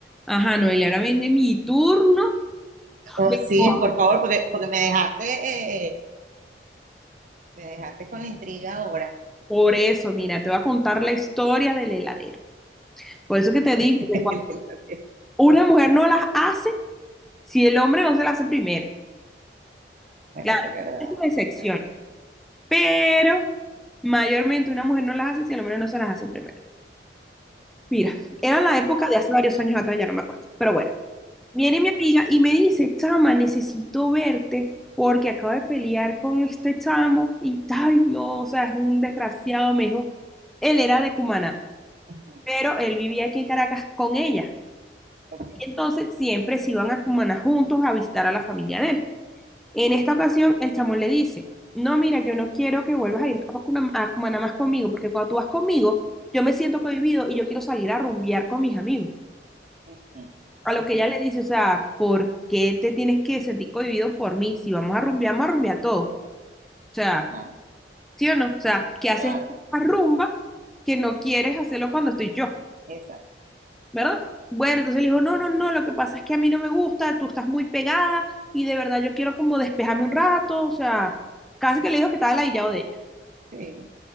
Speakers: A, in the centre; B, on the right (about 45°).
A: Ajá, Noelia, ahora viene mi turno
B: Oh,
A: de
B: sí,
A: moda.
B: por favor, porque, porque me dejaste, eh, me dejaste con la intriga ahora.
A: Por eso, mira, te voy a contar la historia del heladero. Por eso que te digo
B: <laughs>
A: que cuando una mujer no las hace si el hombre no se las hace primero.
B: Bueno,
A: Claro,
B: eso es verdad.
A: hay sus excepciones,
B: Ajá,
A: pero mayormente una mujer no las hace si el hombre no se las hace primero. Mira, era la época de hace varios años atrás, ya no me acuerdo, pero bueno. Viene mi amiga y me dice, chama, necesito verte porque acabo de pelear con este chamo y, ay, no, o sea, es un desgraciado, me dijo, él era de Cumaná,
B: ujú,
A: pero él vivía aquí en Caracas con ella.
B: ok,
A: Y entonces siempre se iban a Cumaná juntos a visitar a la familia de él. En esta ocasión, el chamo le dice, no, mira, yo no quiero que vuelvas a ir a Cumaná, a Cumaná más conmigo, porque cuando tú vas conmigo, yo me siento cohibido y yo quiero salir a rumbear con mis amigos.
B: ujú,
A: a lo
B: ujú.
A: que ella le dice, o sea, ¿por qué te tienes que sentir cohibido por mí? Si vamos a rumbear, vamos a rumbear todo. O sea,
B: Claro,
A: ¿sí o no? O sea, ¿qué haces
B: claro,
A: una rumba que no quieres hacerlo cuando estoy yo?
B: exacto,
A: ¿Verdad? Bueno, entonces le dijo, no, no, no, lo que pasa es que a mí no me gusta, tú estás muy pegada y de verdad yo quiero como despejarme un rato, o sea, casi que le dijo que estaba ladillado de ella.
B: sí,